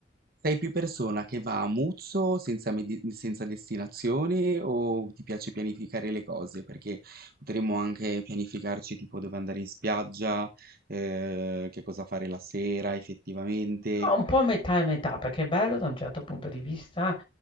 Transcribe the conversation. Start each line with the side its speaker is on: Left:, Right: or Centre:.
Right: Sei più persona che va a muzzo senza, medi- senza destinazione o ti piace pianificare le cose? Perché potremmo anche pianificarci tipo dove andare in spiaggia, eh, che cosa fare la sera effettivamente.
Left: Ma un po' metà e metà, perché è bello da un certo punto di vista